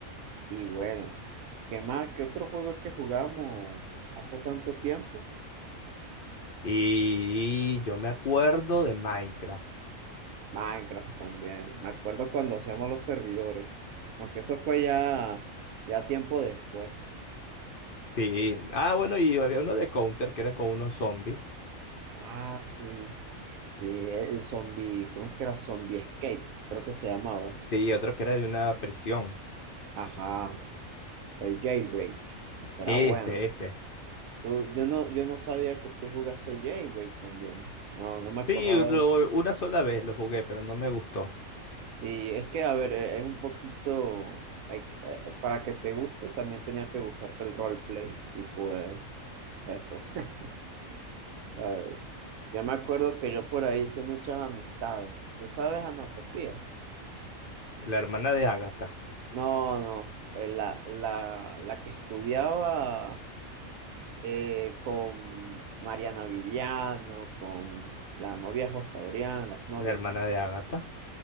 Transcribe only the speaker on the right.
Y bueno, ¿qué más? ¿Qué otro juego es que jugamos hace tanto tiempo?
Minecraft también. Me acuerdo cuando hacíamos los servidores, aunque eso fue ya ya tiempo después.
Ah, sí. Sí, el zombie, ¿cómo es que era? Zombie Escape, creo que se llamaba.
Ajá, el Jailbreak. Ese era
bueno.
Tú, yo no, yo no sabía que tú jugaste el Jailbreak también. No, no
me acordaba
de eso.
Sí, es que, a ver, eh, es un poquito, hay que- eh, para que te guste, también tenía que gustarte el roleplay. Y pues, eso. <laughs> Ay, yo me acuerdo que yo por ahí hice muchas amistades. ¿Tú sabes, Ana Sofía?
No, no, eh, la, la, la que estudiaba eh, con Mariana Viviano, con la novia José Adrián, la exnovia
también.